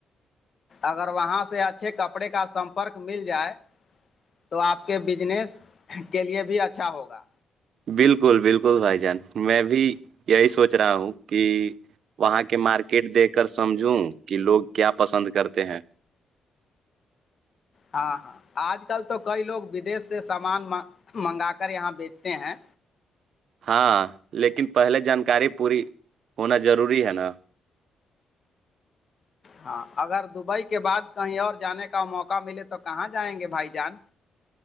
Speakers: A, on the left; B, on the right.
A: اگر وہاں سے اچھے کپڑے کا سمپرک مل جائے تو آپ کے بجنس کے لیے بھی اچھا ہوگا
B: بالکل بالکل بھائی جان میں بھی یہی سوچ رہا ہوں کہ وہاں کے مارکیٹ دیکھ کر سمجھوں کہ لوگ کیا پسند کرتے ہیں
A: ہاں ہاں آج کل تو کئی لوگ ودیش سے سامان منگا کر یہاں بیچتے ہیں
B: ہاں لیکن پہلے جانکاری پوری ہونا ضروری ہے نا
A: ہاں اگر دبئی کے بعد کہیں اور جانے کا موقع ملے تو کہاں جائیں گے بھائی جان